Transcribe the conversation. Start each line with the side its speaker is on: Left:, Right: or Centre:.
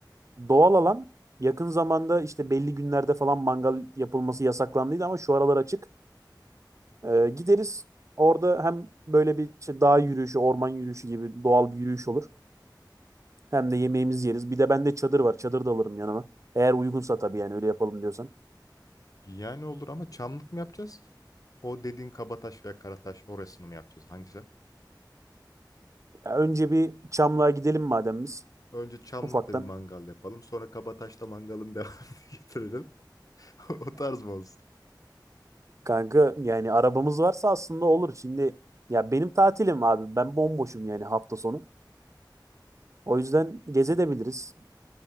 Right: Doğal alan yakın zamanda işte belli günlerde falan mangal yapılması yasaklandıydı ama şu aralar açık. E, gideriz orada hem böyle bir işte dağ yürüyüşü, orman yürüyüşü gibi doğal bir yürüyüş olur. Hem de yemeğimizi yeriz. Bir de bende çadır var. Çadır da alırım yanıma. Eğer uygunsa tabii yani öyle yapalım diyorsan.
Left: Yani olur ama çamlık mı yapacağız? O dediğin Kabataş veya Karataş orasını mı yapacağız? Hangisi?
Right: Ya önce bir Çamlığa gidelim madem biz.
Left: Önce Çamlık'ta
Right: Ufaktan
Left: bir mangal yapalım. Sonra Kabataş'ta mangalın devamını <laughs> getiririm. <laughs> O tarz mı olsun?
Right: kanka yani arabamız varsa aslında olur. Şimdi ya benim tatilim abi. Ben bomboşum yani hafta sonu. O yüzden gezebiliriz.